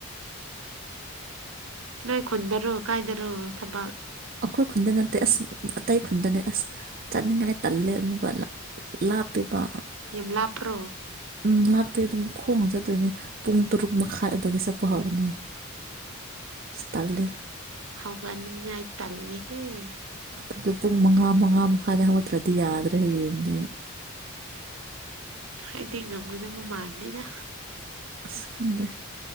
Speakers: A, on the right; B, on the right.
A: ꯅꯣꯏ ꯈꯨꯟꯗꯔꯣ ꯀꯥꯏꯗꯔꯣ ꯊꯕꯛ꯫
B: ꯑꯈꯣꯏ ꯈꯨꯟꯗ ꯅꯠꯇꯦ ꯑꯁ ꯑꯇꯩ ꯈꯨꯟꯗꯅꯦ ꯑꯁ ꯆꯠꯅꯤꯡꯉꯥꯏ ꯇꯜꯂꯦ ꯑꯃꯨꯛꯀ ꯂꯥꯞꯄꯤꯕ꯫
A: ꯌꯥꯝ ꯂꯥꯞꯄ꯭ꯔꯣ꯫
B: ꯎꯝ ꯂꯥꯞꯄꯦ ꯑꯗꯨꯝ꯫ ꯈꯣꯡꯅ ꯆꯠꯇꯣꯏꯅꯦ ꯄꯨꯡ꯫ ꯇꯔꯨꯛ ꯃꯈꯥꯏ ꯑꯗꯨꯗꯒꯤ ꯆꯠꯄꯍꯧꯕꯅ‌ꯦ ꯁꯤ ꯇꯜꯂ‌ꯦ꯫
A: ꯍꯧꯒꯠ ꯅꯤꯡꯉꯥꯏꯇꯜꯂꯤ꯫ ꯍ‌ꯦ꯫
B: ꯑꯗꯨ ꯄꯨꯡ ꯃꯉꯥ ꯃꯉꯥ ꯃꯈꯥꯏꯗ ꯍꯧꯒꯠꯇ꯭ꯔꯗꯤ ꯌꯥꯗ꯭ꯔꯦ ꯍꯌꯦꯡꯗꯩ꯫
A: ꯍꯥꯏꯗꯤ ꯉꯝꯒꯗꯕ ꯃꯥꯟꯗꯦꯗ꯫
B: ꯑꯁ ꯈꯪꯗꯦ꯫